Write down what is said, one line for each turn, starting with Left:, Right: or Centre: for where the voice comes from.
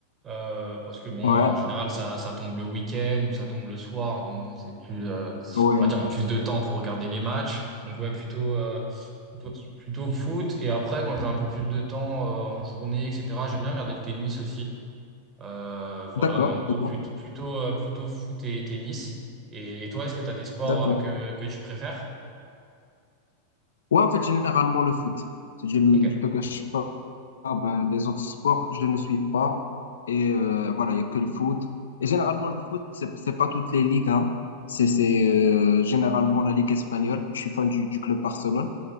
Right: euh, parce que bon
Left: pas.
Right: euh, en
Left: Ouais,
Right: général ça ça tombe le week-end ou ça tombe le soir donc bon c'est plus euh,
Left: ouais.
Right: on va dire plus de temps pour regarder les matchs. Donc ouais plutôt. euh, Plutôt foot. Et après, quand j'ai un peu plus de temps euh, en journée, etc., j'aime bien regarder le tennis aussi. Euh, voilà,
Left: D'accord,
Right: mais en gros,
Left: d'accord,
Right: plut- plutôt, euh, plutôt, foot et tennis. Et, et toi, est-ce que tu as des sports
Left: d'accord.
Right: euh, que, que tu préfères?
Left: Ouais, en fait, généralement le foot. Si je ne
Right: Ok.
Left: te cache pas. Ah ben, les autres sports, je ne suis pas. Et euh, voilà, il y a que le foot. Et généralement, le foot, c'est, c'est pas toutes les ligues, hein. C'est, c'est euh, généralement la Ligue espagnole. Je suis fan du, du club Barcelone.